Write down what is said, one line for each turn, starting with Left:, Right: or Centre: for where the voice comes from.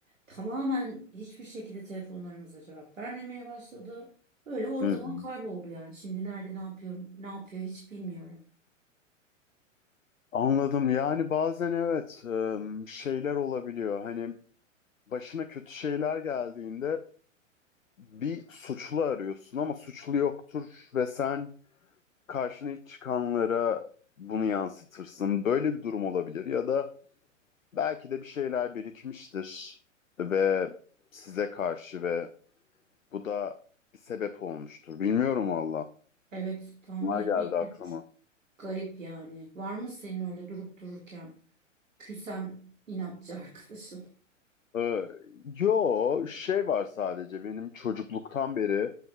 Right: tamamen hiçbir şekilde telefonlarımıza cevap vermemeye başladı. öyle ortadan
Left: Hı hı.
Right: kayboldu yani. Şimdi nerede ne yapıyorum ne yapıyor hiç bilmiyorum.
Left: Anladım. Yani bazen evet e, şeyler olabiliyor. Hani başına kötü şeyler geldiğinde bir suçlu arıyorsun ama suçlu yoktur ve sen karşına ilk çıkanlara bunu yansıtırsın. Böyle bir durum olabilir ya da belki de bir şeyler birikmiştir ve size karşı ve bu da bir sebep olmuştur. Bilmiyorum valla.
Right: Evet tahmin
Left: Bunlar
Right: etmek
Left: geldi
Right: güç.
Left: aklıma.
Right: Garip yani. Var mı senin öyle durup dururken küsen inatçı arkadaşın?
Left: Ee, yo şey var sadece benim çocukluktan beri